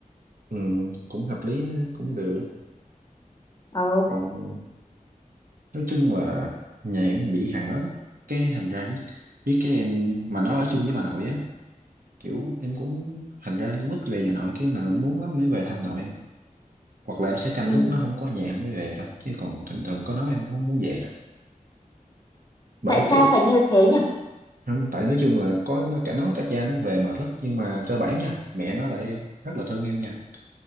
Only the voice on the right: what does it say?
Ừ, cũng hợp lý ha, cũng được
còn nói chung là nhà em bị hàng đó đó cái thành ra biết, biết cái em mà nó ở chung với bà nội á kiểu em cũng thành ra em cũng ít về nhà nội kiểu nào em muốn lắm mới về thăm nội hoặc là em sẽ canh
lúc nó không có nhà em mới về thôi chứ còn thường thường có nó em cũng không muốn về đâu bởi
từ
không tại nói chung là có nó cả nó cả cha nó về mệt lắm nhưng mà cơ bản nha mẹ nó lại rất là thương em nha